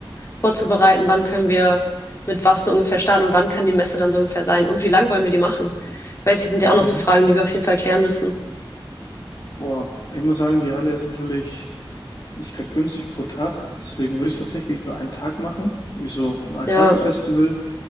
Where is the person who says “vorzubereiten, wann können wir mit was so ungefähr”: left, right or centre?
Left